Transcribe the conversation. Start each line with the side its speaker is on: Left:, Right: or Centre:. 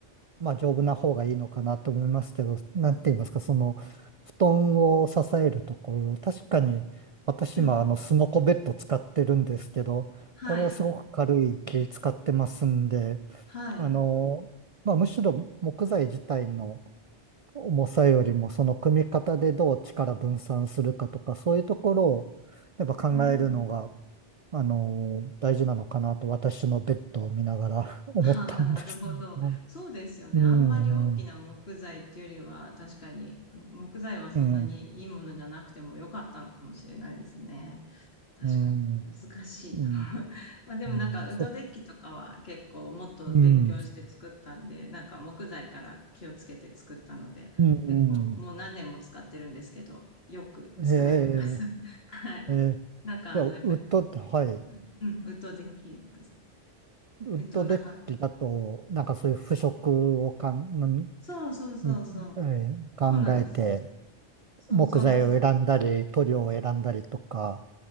Right: まあ、丈夫な方がいいのかなと思いますけど、なんて言いますか、その、布団を支えるところ、確かに、私今、
Left: うん。
Right: あの、スノコベッド使ってるんですけど、
Left: はい、
Right: これはすごく軽い木使ってますんで、
Left: はい。
Right: あのまあ、むしろ木材自体の重さよりも、その組み方でどう力分散するかとか、そういうところを、やっぱ考えるのが、
Left: うん
Right: あの、大事なのかなと私のベッドを見ながら <laughs> 思ったんですけど。
Left: ああ、なるほど。そうですよね。
Right: うん、
Left: あんまり大きな木材っていうよりは、
Right: うん、
Left: 確かに、木材はそんなにいいものじゃなくても良かったのかもしれないですね。
Right: うん、
Left: 確かに、
Right: うん、
Left: 難しいな。
Right: うん、
Left: <laughs> まあでもなんか、
Right: うんそ
Left: ウッドデッキとかは結構もっと勉強して作ったんで、
Right: う、うん、
Left: なんか木材から気をつけて作ったので、
Right: うん、
Left: 結構もう何年も使ってるんですけど、
Right: う
Left: よく使えてます。
Right: んへえ、
Left: <laughs> はい。
Right: ええ、
Left: なんかあの、
Right: じゃあ、ウッドって、
Left: やっぱり、
Right: はい、
Left: うん、うん、ウッドデッキです。
Right: ウッドデッキだと、
Left: えっと、なんか、
Right: なんかそういう腐食をかん、ん
Left: そうそうそうそう。
Right: んえー考えて、
Left: そうなんですよ。そうそうなんです。
Right: 木材を選んだり、塗料を選んだりとか、